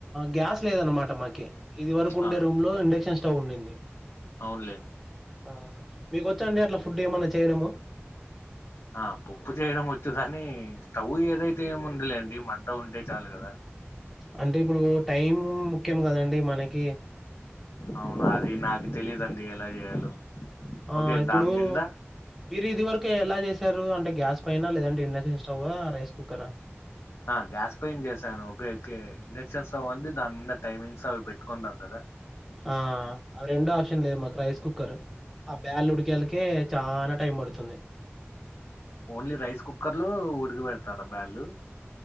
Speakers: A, in the centre; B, on the left.
A: గ్యాస్ లేదనమాట మాకి ఇది వరకు ఉండే
B: ఆ
A: రూమ్ లో ఇండక్షన్ స్టవ్ ఉండింది
B: అవునులేండి
A: ఆ మీకు వచ్చాండి అట్లా ఫుడ్ ఏమన్నా చేయడము
B: ఆ పప్పు చేయడం వచ్చు కాని స్టవ్ ఏదైతే ఏము ఉందిలేండి మంట ఉంటే చాలు కదా
A: అంటే ఇప్పుడు టైం ముఖ్యం కదండి మనకి
B: అవునా అది నాకు తెలీదండి ఎలా చేయాలో
A: ఆ
B: ఓకే
A: ఇప్పుడు
B: దాని మీద
A: మీరు ఇది వరకు ఎలా చేశారు అంటే గ్యాస్ పైన లేదంటే ఇండక్షన్ స్టవా రైస్ కుక్కర్ ఆ
B: ఆ గ్యాస్ పైన చేసాను <unintelligible> ఇండక్షన్స్ అంటే దాని మీద టైమింగ్స్ అవి పెట్టుకుందాం కదా
A: ఆ రెండో ఆప్షన్ లేదు మాకు రైస్ కుక్కర్ ఆ బ్యాల్ ఉడికేలకే చాలా టైం పడుతుంది
B: ఓన్లీ రైస్ కుక్కర్ లో ఉడికపెడతారా బ్యాళ్ళు